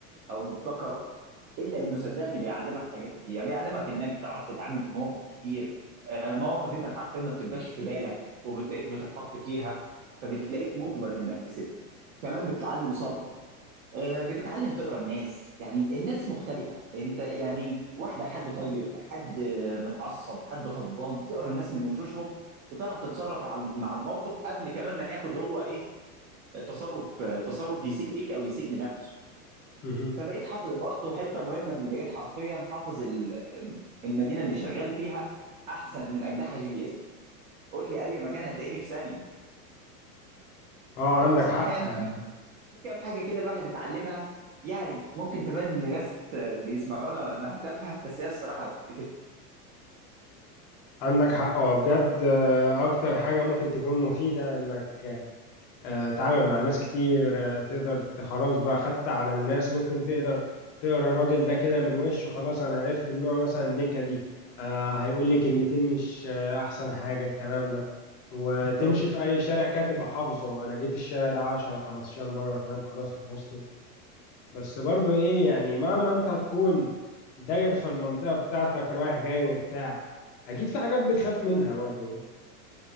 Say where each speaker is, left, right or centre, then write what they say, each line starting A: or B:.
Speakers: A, on the right (about 65°); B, on the left (about 25°).
A: او مبتكره الا انه صدقني بيعلمك حاجات كتير بيعلمك انك تعرف تتعامل في مواقف كتير آه، مواقف انت حرفيا ما بتبقاش في بالك وبتلاقيك بتتحط فيها فبتلاقيك مجبر انك تسد كمان بتتعلم صبر آه، بتتعلم تقرا الناس يعني الناس مختلفة انت يعني واحدة حد طيب حد آه، متعصب حد غضبان بتقرا الناس من وشوشهم وتعرف تتصرف على- مع الموقف قبل كمان ما ياخد هو ايه آه، تصرف آه، تصرف يسيء ليك او يسيء لنفسه
B: مهم.
A: فبقيت حافظ برضه حتة مهمة ان بقيت حرفيا حافظ ال- ال- المدينة اللي شغال فيها احسن من اجدحها جي بي اس قول لي اي مكان هتلاقيني في ثانية
B: اه
A: فبصراحة
B: عندك حق
A: يعني
B: آه،
A: كام حاجه كده الواحد اتعلمها يعني ممكن تبان لناس بيسمعونا انها تافهه بس هي الصراحه بتفرق
B: عندك حق هو بجد آه، اكتر حاجة ممكن تكون مفيدة انك آه، تتعامل مع ناس كتير آه، تقدر ت- خلاص بقى خدت على الناس ممكن تقدر تقرا الراجل ده كده من وشه خلاص انا عرفت ان هو مثلا نكدي آه، هيقول لي كلمتين مش آه، احسن حاجة الكلام ده وتمشي
A: بالظبط
B: في اي شارع كده تبقى حافظه انا جيت الشارع ده 10 15 مرة فاهم خلاص حفظته بس برضو ايه يعني مهما انت تكون داير في المنطقة بتاعتك رايح جاي وبتاع اكيد في حاجات بتخاف منها برضو